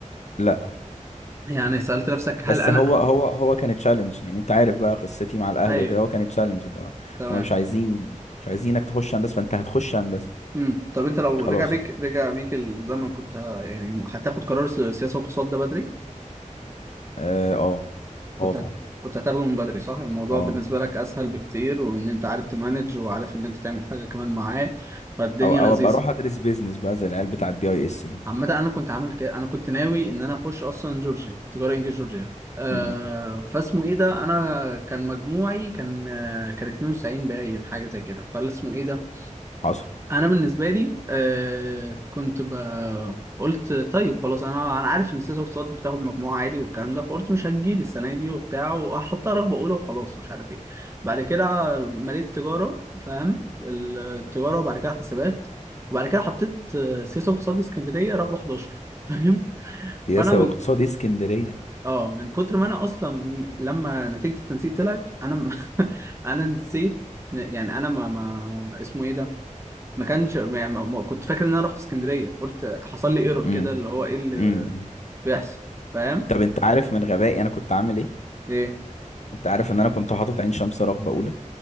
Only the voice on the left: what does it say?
لا
بس
هو هو هو كان تشالنج يعني أنت عارف بقى قصتي مع الأهل
وكده هو كان تشالنج اللي هو
هما مش عايزين مش عايزينك تخش هندسة فأنت هتخش هندسة
خلاص
أه أه
أه طبعا
أه
أو أو
أبقى أروح أدرس بيزنس بقى زي العيال بتاع الدي أي إس دي
مم.
حصل
سياسة
واقتصاد إيه اسكندرية
مم.
مم.
طب أنت عارف من غبائي أنا كنت عامل إيه؟
انت عارف ان انا كنت حاطط عين شمس رغبة اولى